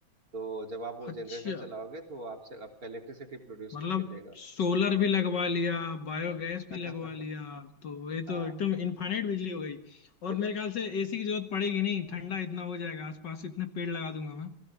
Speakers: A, on the right; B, on the left.
A: तो जब आप वो
B: अच्छा
A: जनरेटर चलाओगे तो वो आपसे आपका इलेक्ट्रिसिटी प्रोड्यूस
B: मतलब
A: करके देगा
B: सोलर भी लगवा लिया बायोगैस
A: <laughs>
B: भी लगवा लिया तो ये
A: हाँ
B: तो एकदम इनफाइनाइट बिजली हो गई और
A: बिल्कुल
B: मेरे ख्याल से एसी की जरूरत पड़ेगी नहीं ठंडा इतना हो जाएगा आसपास इतने पेड़ लगा दूंगा मैं